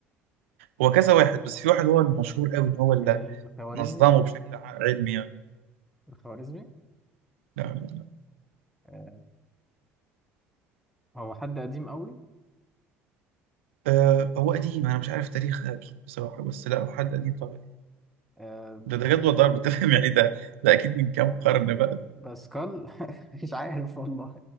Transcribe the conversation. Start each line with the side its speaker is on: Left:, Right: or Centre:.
Right: هو كذا واحد بس في واحد هو المشهور قوي إن هو اللي
Centre: <laughs> الخوارزمي
Right: نظمه بشكل ع- علمي يعني
Centre: الخوارزمي
Right: لا لا لا.
Centre: آه هو حد قديم قوي
Right: آه... هو قديم أنا مش عارف تاريخ أكيد بصراحة بس لا هو حد قديم طبعا
Centre: آه
Right: ده ده جدول ضرب <laughs> أنت فاهم يعني ده ده أكيد من كام قرن بقى
Centre: باسكال <laughs> مش عارف والله